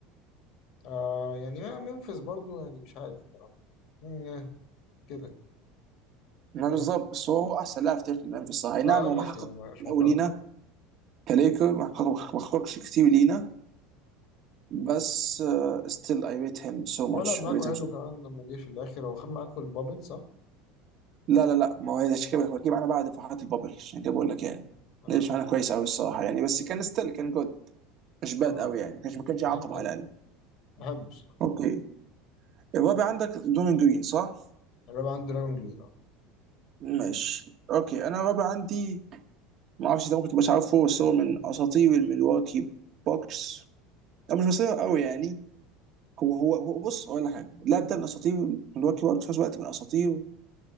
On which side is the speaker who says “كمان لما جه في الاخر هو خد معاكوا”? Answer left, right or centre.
Left